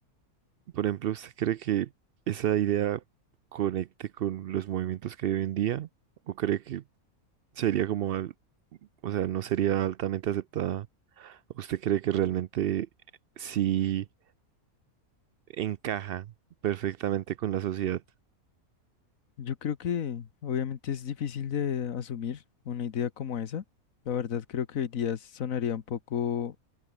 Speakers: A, on the right; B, on the left.
A: por ejemplo, ¿usted cree que esa idea conecte con los movimientos que hay hoy en día? ¿O cree que sería como, al- o sea, no sería altamente aceptada. ¿Usted cree que realmente sí encaja perfectamente con la sociedad?
B: Yo creo que obviamente es difícil de asumir una idea como esa. La verdad creo que hoy día sonaría un poco